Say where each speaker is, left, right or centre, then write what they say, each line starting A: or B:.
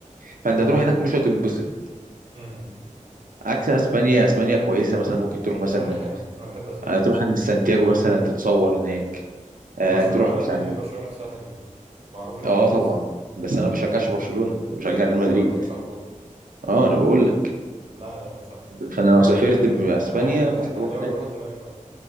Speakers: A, on the right (about 85°); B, on the right (about 45°).
A: فانت هتروح هناك مش هتنبسط
B: مم.
A: عكس اسبانيا اسبانيا كويسه مثلا ممكن تروح مثلا
B: اسبانيا حلوه انا بحب اسبانيا
A: آه، تروح عند سانتياغو مثلا تتصور هناك آه
B: وبرشلونة
A: تروح مش
B: مدينة
A: عارف
B: برشلونة نفسها حلوة معروف إنها
A: اه
B: كويسة
A: طبعا بس
B: مم.
A: انا ما بشجعش برشلونه انا بشجع
B: سيبك
A: ريال
B: من الكورة
A: مدريد
B: ما بتكلمش على الكورة
A: اه انا بقول لك
B: لا لا ما تخافش
A: فانا لو سافرت باسبانيا
B: أنا عادي أنا
A: مش هروح
B: أهلاوي
A: هناك
B: بروح الزمالك برضه